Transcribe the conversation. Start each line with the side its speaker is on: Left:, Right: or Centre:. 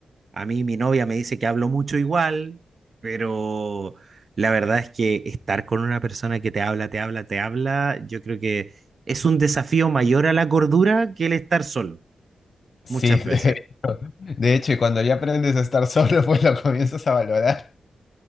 Right: a mí mi novia me dice que hablo mucho igual, pero la verdad es que estar con una persona que te habla, te habla, te habla, yo creo que es un desafío mayor a la cordura que el estar solo.
Left: Sí,
Right: Muchas
Left: de
Right: veces.
Left: hecho, de hecho, y cuando ya aprendes a estar solo, <laughs> pues lo comienzas a valorar.